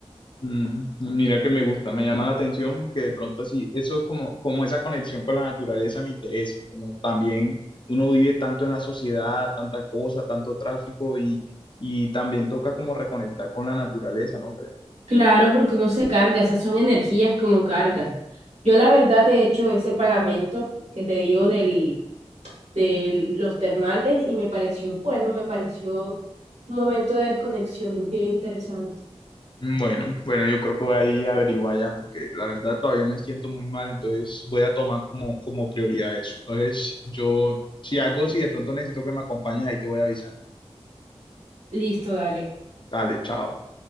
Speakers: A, on the left; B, on the right.
A: Mm, mira que me gusta, me llama la atención porque de pronto así, eso es como, como esa conexión con la naturaleza me interesa, como también uno vive tanto en la sociedad, tanta cosa, tanto tráfico y, y también toca como reconectar con la naturaleza, ¿no crees?
B: Claro, porque uno se carga, esas son energías que uno carga. Yo la verdad te he hecho ese pagamento que te digo del de los termales y me pareció bueno, me pareció un momento de desconexión bien interesante.
A: Mm, Bueno, bueno, yo creo que voy a ir a averiguar ya porque la verdad todavía me siento muy mal, entonces voy a tomar como, como prioridad eso. Entonces yo, si hago, si de pronto necesito que me acompañes, ahí te voy a avisar.
B: Listo, dale.
A: Dale, chao.